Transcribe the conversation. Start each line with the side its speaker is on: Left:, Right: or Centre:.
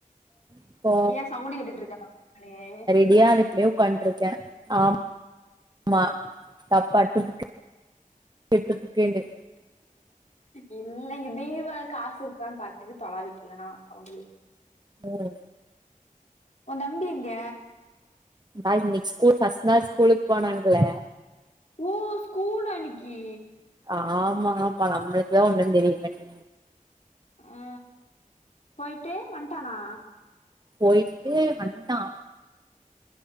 Right: இப்போ
Left: ஏ சவுண்டு கேட்டுட்ருக்கானா <unintelligible>
Right: விடியால இப்டியே ஒக்கான்ட்ருக்கே ஆ மா டப்பா டுபுக்கு ஏ டுப்புகேன்டு
Left: இன்னக்கி டீ வாங்க காசு இருக்கான் பாத்துட்டு தொலாவிட்ருந்தனா சவுண்டு
Right: ம்
Left: ஒ தம்பி எங்க
Right: அதா இன்னைக்கி ஸ்கூல் ஃபர்ஸ்ட் நாள் ஸ்கூலுக்கு போனான்ல
Left: ஓ ஸ்கூலா இன்னக்கி
Right: ஆமாப்பா நம்ளுக்கு தா ஒண்ணு தெரிய மாட்டி
Left: ஆ போய்ட்டு வன்ட்டானா
Right: போய்ட்டு வன்ட்டா